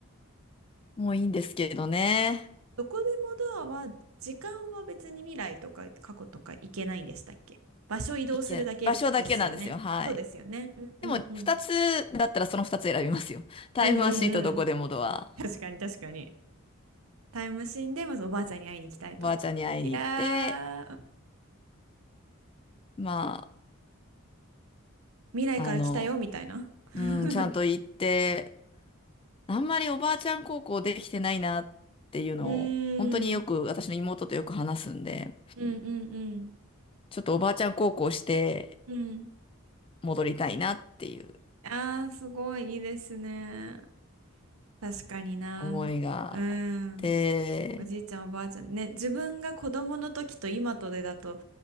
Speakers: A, on the left (about 25°); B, on the right (about 75°).
A: もういいんですけどね。
B: どこでもドアは、時間は別に未来とか過去とか行けないんでしたっけ場所移動するだけですよね。
A: 行け、場所だけなんですよ。はい。
B: そうですよね。うんうんうん。
A: でも、二つだったらその二つ選びますよ。タイムマシーンとどこでもドア。
B: うんうんうん。確かに確かに。タイムマシンでまずおばあちゃんに会いに行きたいと。
A: おばあちゃんに会いに行って、
B: いやー、
A: ま
B: 未来から来たよみたいな。
A: あ、あの、
B: <laughs>
A: うん、ちゃんと行って、あんまりおばあちゃん高校できてないなっていうのを、
B: うーん。
A: 本当によく私の妹とよく話すんで、
B: うんうん
A: ちょっとおばあちゃん高校して
B: うん。うん。
A: 戻りたいなっていう
B: あー、すごいいいですね。確かにな。
A: 思いがあって、
B: うん。おじいちゃん、おばあちゃん。ね、自分が子供の時と今とでだと、